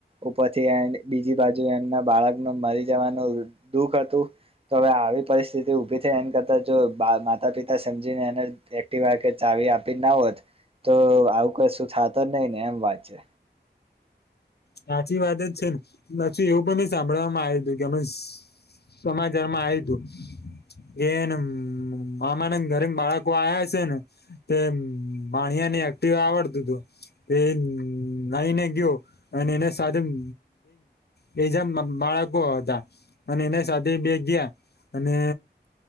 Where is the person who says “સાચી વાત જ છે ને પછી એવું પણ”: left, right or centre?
Left